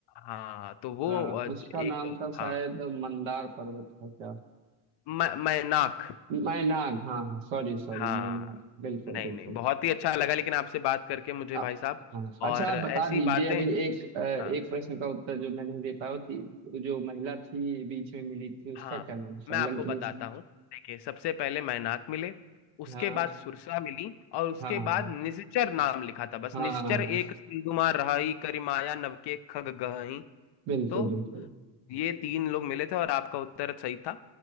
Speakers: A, on the left; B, on the right.
A: हाँ तो वो
B: आ,
A: अ,
B: उसका
A: एक
B: नाम था शायद
A: हाँ
B: मंदार पर्वत था क्या
A: म- मैनाक
B: मैनाग हाँ हाँ सॉरी सॉरी
A: हाँ
B: मैनाग बिल्कुल
A: नहीं
B: बिल्कुल
A: नहीं बहुत ही अच्छा लगा लेकिन आपसे बात करके मुझे
B: आ,
A: भाई साहब
B: हाँ
A: और
B: अच्छा आप
A: ऐसी
B: बता दीजिए
A: बातें
B: अभी एक अ, एक
A: हाँ
B: प्रश्न का उत्तर जो मैं नहीं दे पाया वो थी जो महिला थी बीच में मिली थी उसका
A: हाँ
B: क्या नाम
A: मैं
B: था लंकिनी
A: आपको बताता
B: से
A: हूँ देखिए सबसे पहले मैनाक मिले उसके
B: हाँ
A: बाद सुरसा मिली और उसके
B: हाँ
A: बाद निश्चर नाम लिखा था बस
B: हाँ
A: निश्चर एक सिंधुमा रहाई करिमाया नवके खग गहई
B: बिल्कुल
A: तो
B: बिल्कुल
A: ये तीन लोग मिले थे और आपका उत्तर सही था